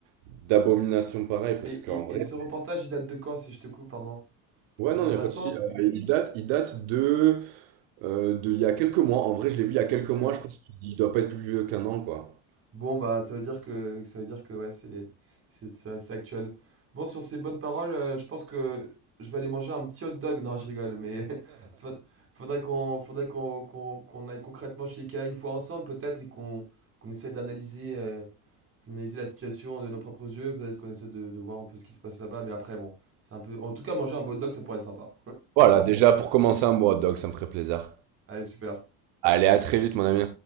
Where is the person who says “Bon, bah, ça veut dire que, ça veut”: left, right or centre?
Right